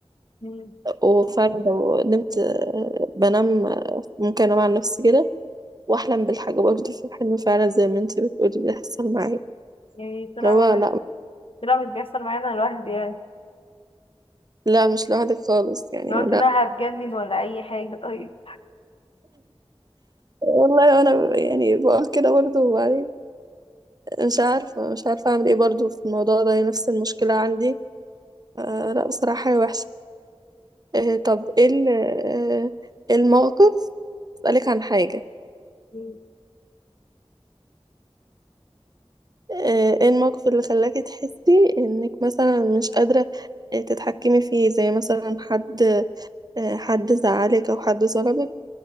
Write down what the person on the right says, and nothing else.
وفعلا لو نمت آه، بنام آه، ممكن انام على نفسي كده واحلم بالحاجه برضه في الحلم فعلا زي ما انت بتقولي بيحصل معايا
لو
لا
لا مش لوحدك خالص يعني
لا
والله انا ب- يعني بقول كده برضه وبعدين مش عارفه مش عارفه اعمل ايه برضه في الموضوع ده هي نفس المشكله عندي آه لا بصراحه هي وحشه آه طب ايه ال- آه، إيه الموقف اسالك عن حاجه
آه، ايه الموقف اللي خلاكي تحسي انك مثلا مش قادرة آه، تتحكمي فيه زي مثلا حد آه، حد زعلك او حد ظلمك